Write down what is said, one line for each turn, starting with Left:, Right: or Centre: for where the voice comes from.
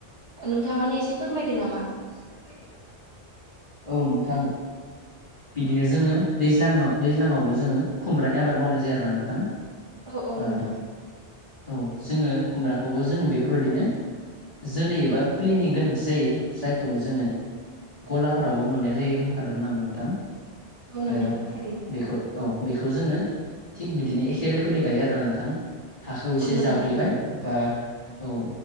Right: नोंथाङानो एसे फोरमायदो नामा
Left: फोरमायदो नामा? औ नोंथां बिदिनो जोङो दैज्लाङाव दैज्लाङावबो जोङो खुमब्रानि आबाद मावनाय जायो आरोना नोंथां
Right: औ औ
Left: ओ
Right: नोंथां
Left: औ जोङो खुमब्राखौबो जोङो बेफोरबायदिनो जोलै एबा
Right: औ
Left: फुलिनि गोनांथि जायो। जायखौ जोङो गलाफोरावबो मोननाय जायो होनखादोंमोन आं नोंथां
Right: औ नोंथां
Left: ओ
Right: थारैनो
Left: बेखौ औ बेखौ जोङो थिग बिदिनो एखे रोखोमै गायो आरोना नोंथां हाखौ एसे
Right: औ नोंथां
Left: जावग्लिबाय बा औ